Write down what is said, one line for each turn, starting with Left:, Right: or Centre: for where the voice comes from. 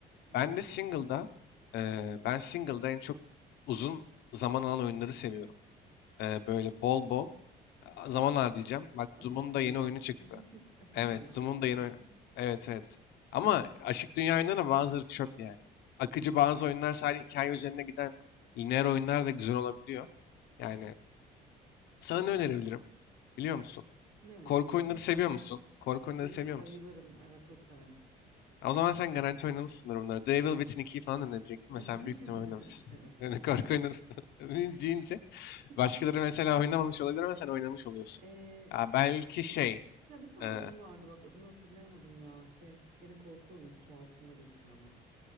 Right: Hı
Left: Ben
Right: hı.
Left: de single'da, eee, ben single'da en çok uzun zaman alan oyunları seviyorum. Eee, böyle bol bol e, zaman harcayacağım. Bak
Right: Açık
Left: Doom'un
Right: dünya,
Left: da yeni oyunu çıktı.
Right: <laughs> açık
Left: Evet,
Right: dünya
Left: Doom'un
Right: olsun.
Left: da yeni oyunu. Evet, evet. Ama açık dünya oyunlarına bazıları çöp yani. Akıcı bazı oyunlar sadece hikaye üzerine giden lineer oyunlar da güzel olabiliyor. Yani Sana ne önerebilirim? Biliyor musun?
Right: Ne önereceksin?
Left: Korku oyunları seviyor musun? Korku
Right: Bay-
Left: oyunları seviyor
Right: bayılırım,
Left: musun?
Right: evet çok severim.
Left: Ya O zaman sen garanti oynamışsındır bunları. Devil Within 2'yi falan önerecektim
Right: <laughs>
Left: ve sen büyük ihtimal oynamışsın.
Right: Evet.
Left: <laughs> Yani korku oyunları <laughs> deyince
Right: <laughs>
Left: başkaları mesela oynamamış olabilir ama sen oynamış oluyorsun.
Right: Ee,
Left: Ya belki şey
Right: ya bir tane
Left: e,
Right: oyun vardı bak adını hatırlayamadım ya şey gene korku oyunu su altında geçiyor ama.